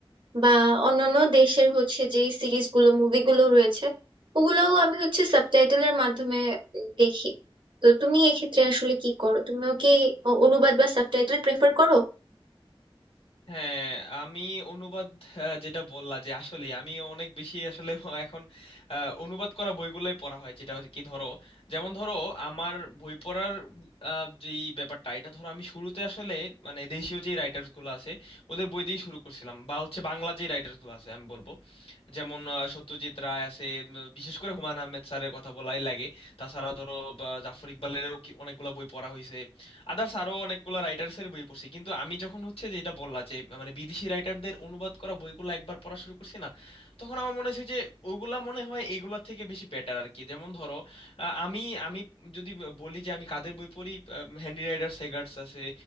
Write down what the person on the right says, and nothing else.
বা অন্যান্য দেশের হচ্ছে যে সিরিজগুলো মুভিগুলো রয়েছে ওগুলোও আমি হচ্ছে সাবটাইটেলের মাধ্যমে দেখি তো তুমি এক্ষেত্রে আসলে কি করো তুমিও কি অনুবাদ বা সাবটাইটেল প্রেফার করো